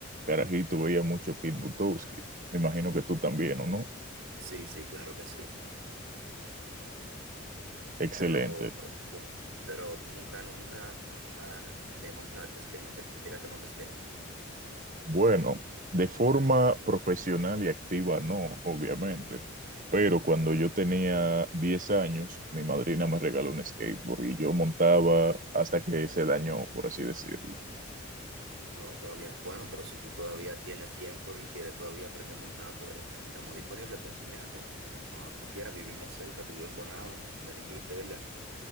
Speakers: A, on the right; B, on the right.
A: carajito veía mucho a Kid Butowski. Me imagino que tú también, ¿o no?
B: Sí, sí, claro que sí.
A: Excelente.
B: Pero, por ejemplo, pero nunca, nunca ah, eh, montaste skate, nunca llegaste a montar skate.
A: Bueno, de forma profesional y activa no, obviamente, pero cuando yo tenía 10 años, mi madrina me regaló un skateboard y yo montaba hasta que se dañó, por así decirlo.
B: No, pero bien, bueno, pero si tú todavía tienes tiempo y quieres todavía aprender a montar, pues aquí estamos disponibles para enseñarte. Cuando tú quieras, vivimos cerca, tú vives en Bonao, me dijiste, ¿verdad?